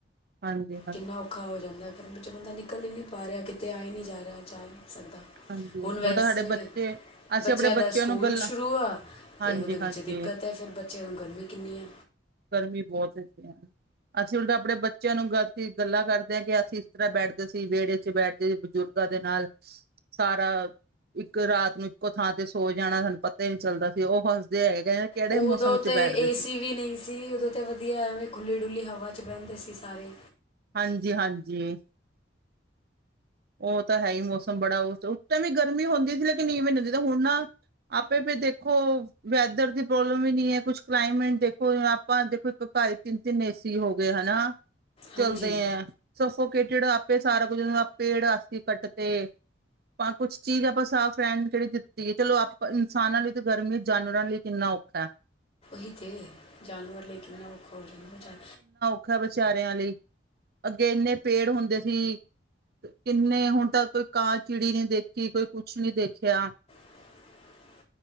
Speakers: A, on the right; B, on the left.
A: ਹਾਂਜੀ ਹਾਂਜੀ
B: ਕਿੰਨਾ ਔਖਾ ਹੋ ਜਾਂਦਾ ਗਰਮੀ ਵਿੱਚ ਬੰਦਾ ਨਿਕਲ ਹੀ ਨੀ ਪਾ ਰਿਹਾ ਕਿਤੇ ਆਏ ਨੀ ਜਾ ਰਿਹਾ ਜਾ ਹੀ ਨੀ ਸਕਦਾ
A: ਹਾਂਜੀ
B: ਹੁਣ ਵੈਸੇ
A: ਉਲਟਾ ਸਾਡੇ ਬੱਚੇ ਅਸੀਂ
B: ਬੱਚਿਆਂ
A: ਆਪਣੇ
B: ਦਾ ਸਕੂਲ
A: ਨੂੰ ਗੱਲਾਂ
B: ਸ਼ੁਰੂ ਆ। ਅਤੇ
A: ਹਾਂਜੀ
B: ਉਹਦੇ ਵਿੱਚ
A: ਹਾਂਜੀ
B: ਦਿੱਕਤ ਹੈ ਫਿਰ ਬੱਚਿਆਂ ਨੂੰ ਗਰਮੀ ਕਿੰਨੀ ਆ।
A: ਗਰਮੀ ਬਹੁਤ ਇਥੇ ਆ ਅਸੀਂ ਉਲਟਾ ਆਪਣੇ ਬੱ ਬੱਚਿਆ ਨੂੰ ਗ ਅਸੀਂ ਗੱਲਾਂ ਕਰਦੇ ਹਾ ਕਿ ਅਸੀ ਇਸ ਤਰ੍ਹਾ ਬੈਠਦੇ ਸੀ ਵਿਹੜੇ ਚ ਬੈਠਦੇ ਸੀ ਬਜ਼ੁਰਗਾ ਦੇ ਨਾਲ। ਸਾਰਾ ਇੱਕ ਰਾਤ ਨੂੰ ਇੱਕੋ ਥਾਂ ਤੇ ਸੋ ਜਾਣਾ ਸਾਨੂੰ ਪਤਾ ਹੀ ਨੀ ਚੱਲਦਾ ਸੀ ਉਹ ਹੱਸਦੇ ਹੈਗੇ ਕਿਹੜੇ
B: ਉਦੋਂ
A: ਮੌਸਮ ਵਿੱਚ
B: ਤੇ
A: ਬੈਠਦੇ
B: ਏਸੀ
A: ਸੀ
B: ਵੀ ਨਈ ਸੀ ਉਦੋ ਤੇ ਵਧੀਆ ਐਵੇ ਖੁੱਲ੍ਹੀ ਡੁੱਲੀ ਹਵਾ ਚ ਬਹਿੰਦੇ ਸੀ ਸਾਰੇ।
A: ਹਾਂਜੀ-ਹਾਂਜੀ ਉਹ ਤਾ ਹੈ ਹੀ ਮੌਸਮ ਬੜਾ ਉਸ ਉਸ ਟਾਈਮ ਵੀ ਗਰਮੀ ਹੁੰਦੀ ਸੀ ਲੇਕਨ ਨਵੇ ਹੁੰਦੀ ਤੇ ਹੁਣ ਨਾ ਆਪੇ ਵੀ ਦੇਖੋ ਵੈਦਰ ਦੀ ਪ੍ਰੋਬਲਮ ਵੀ ਨੀ ਹੈ ਕੁਛ ਕਲਾਈਮੇਟ ਦੇਖੋ ਆਪਾ ਦੇਖੋ ਇੱਕ ਘਰ ਇੰਨੇ ਏਸੀ ਹੋ ਗਏ ਹਨਾ
B: ਹਾਂਜੀ
A: ਚਲਦੇ ਹੈ ਸਫੋਕੇਟਿਡ ਆਪੇ ਸਾਰਾ ਕੁੱਝ ਪੇੜ ਅੱਸੀ ਕੱਟ ਤੇ। ਆਪਾ ਕੁਛ ਚੀਜ਼ ਆਪਾ ਸਾਫ਼ ਰਹਿਣ ਕਿਹੜੀ ਦਿੱਤੀ ਹੈ ਚਲੋ ਆਪਾ ਇਨਸਾਨਾ ਲਈ ਤੇ ਗਰਮੀ ਜਾਨਵਰਾ ਲਈ ਕਿੰਨਾ ਔਖਾ।
B: ਹੀ ਦੇ ਜਾਨਵਰ ਲੇਕਿਨ ਔਖਾ ਹੋ ਜਾਂਦਾ
A: ਔੱਖਾ ਵਿਚਾਰਿਆਂ ਲਈ ਅੱਗੇ ਇੰਨੇ ਪੇੜ ਹੁੰਦੇ ਸੀ ਕਿੰਨੇ ਹੁਣ ਤ ਕੋਈ ਕਾਂ ਚਿੜੀ ਨੀ ਦੇਖੀ ਕੋਈ ਕੁਛ ਨਹੀਂ ਵੇਖਿਆ
B: <unintelligible>